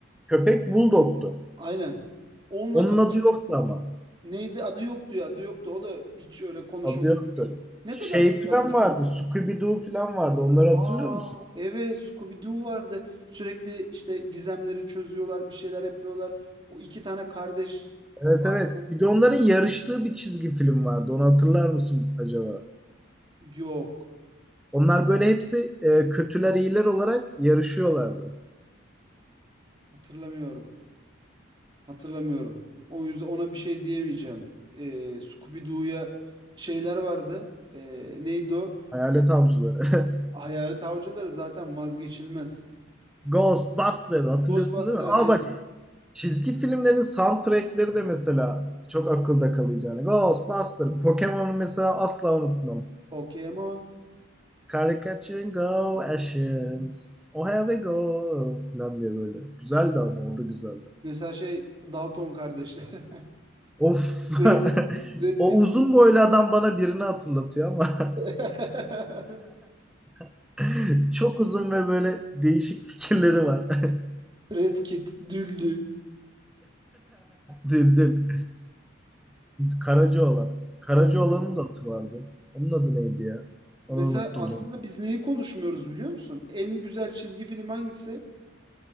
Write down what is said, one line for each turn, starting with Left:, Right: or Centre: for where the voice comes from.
Centre: Köpek bulldogtu.
Right: Aynen. Onunla
Centre: Onun
Right: kapış.
Centre: adı yoktu ama.
Right: Neydi adı yoktu ya adı yoktu. O da hiç öyle konuşma
Centre: Adı
Right: yürüyüş
Centre: yoktu.
Right: yok. Ne
Centre: Şey
Right: kadar güzelmiş
Centre: falan vardı.
Right: ya.
Centre: Scooby-Doo falan vardı. Onları hatırlıyor
Right: Aa
Centre: musun?
Right: evet Scooby-Doo vardı. Sürekli işte gizemleri çözüyorlar bir şeyler yapıyorlar. O iki tane kardeş
Centre: Evet
Right: vardı.
Centre: evet. Bir de onların yarıştığı bir çizgi film vardı. Onu hatırlar mısın acaba?
Right: Yok
Centre: Onlar böyle hepsi e, kötüler iyiler olarak yarışıyorlardı.
Right: hatırlamıyorum. Hatırlamıyorum. O yüzden ona bir şey diyemeyeceğim. Ee, Scooby-Doo'ya şeyler vardı. Ee, neydi o?
Centre: Hayalet avcıları.
Right: Hayalet avcıları zaten vazgeçilmez.
Centre: <laughs> Ghostbusters hatırlıyorsun
Right: Ghostbusters
Centre: değil mi? Aa
Right: aynen.
Centre: bak çizgi filmlerin soundtrackleri de mesela çok akılda kalıcı. Yani Ghostbusters, Pokemon'u mesela asla unutmam.
Right: Pokemon.
Centre: Karikatür go Ashens. Oh here we go falan diye böyle. Güzeldi ama o da güzeldi.
Right: Mesela şey Dalton kardeşler. <laughs>
Centre: Of. <laughs>
Right: Red, Red
Centre: O
Right: Kit.
Centre: uzun boylu adam bana birini hatırlatıyor ama.
Right: <laughs>
Centre: <laughs> Çok uzun ve böyle değişik fikirleri var. <laughs>
Right: Red Kit, Düldül,
Centre: Düldül. Karaca olan. Karaca
Right: Karagöz.
Centre: olanın da atı vardı. Onun adı neydi ya?
Right: Mesela
Centre: Onu unuttum.
Right: aslında
Centre: ben.
Right: biz neyi konuşmuyoruz biliyor musun? En güzel çizgi film hangisi?